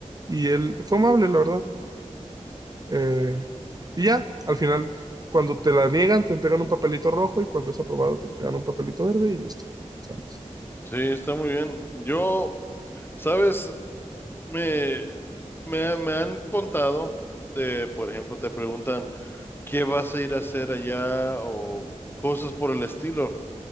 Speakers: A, on the right (about 30°); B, on the left (about 15°).
A: y él fue amable, la verdad. Eh, y ya, al final, cuando te la niegan, te entregan un papelito rojo y cuando es aprobado, te entregan un papelito verde y listo. sales.
B: Sí, está muy bien. Yo, sabes, me, me, me han contado de, por ejemplo, te preguntan, ¿qué vas a ir a hacer allá? O cosas por el estilo.